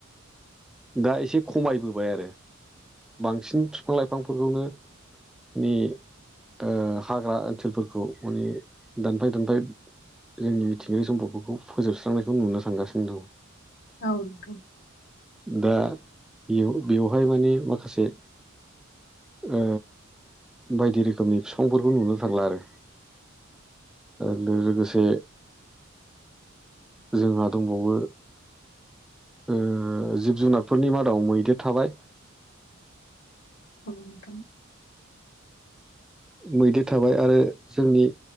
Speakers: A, in the centre; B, on the left.
A: दा एसे खमायबोबाय आरो। बांसिन बिफां - लाइफांफोरखौनो मे ओ हाग्रा ओनसोलफोरखौ माने दानफाय - दानफाय जोंनि मिथिंगायारि सम्पदफोरखौ फोजोबस्रांनायखौ नुनो थांगासिनो दङ।
B: औ नोंथां।
A: दा बेयाव बेवहाय माने माखासे ओ बायदि रोखोमनि बिफांफोरखौ नुनो थांला आरो। आरो लोगोसे जोंहा दंबावो ओ जिब जुनारफोरनि मादाव मैदेर थाबाय।
B: <unintelligible>
A: मैदेर थाबाय आरो जोंनि